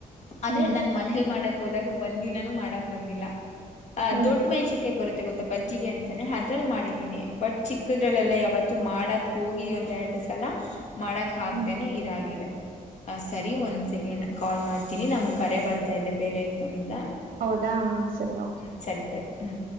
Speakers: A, on the left (about 55°); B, on the right (about 65°).
A: ಆದ್ರೆ
B: ಹ್ಮ್
A: ನನ್ ಮನೇಲ್ ಮಾಡಕ್ ಹೋದಾಗ ಒಂದ್ ದಿನಾನೂ ಮಾಡಕ್ ಬಂದಿಲ್ಲ ಆ
B: ಹ್ಮ್
A: ದೊಡ್ ಮೆಣಸಿನಕಾಯಿ ಬರುತ್ತೆ ಗೊತ್ತ ಬಜ್ಜಿಗೆ ಅಂತಾನೆ ಅದ್ರಲ್ ಮಾಡಿದ್ದೀನಿ ಬಟ್ ಚಿಕ್ಕದ್ರಲ್ಲೆಲ್ಲ ಯಾವತ್ತುೂ ಮಾಡಕ್ ಹೋಗಿ ಒಂದೆರಡ್ ಸಲ ಮಾಡಕ್ ಹಾಕ್ದೇನೆ
B: ಹ್ಮ್
A: ಇದಾಗಿದೆ ಅ ಸರಿ ಒಂದ್ ಸೆಕೆಂಡ್ ಕಾಲ್ ಮಾಡ್ತೀನಿ ನಮ್ಗೆ ಕರೆ ಬರ್ತಾ ಇದೆ ಬೇರೆ ಫೋನಿಂದ
B: ಹೌದಾ ಸರಿ ಹ
A: ಹ್ಮ್ ಸರಿ ಸರಿ ಹ್ಮ್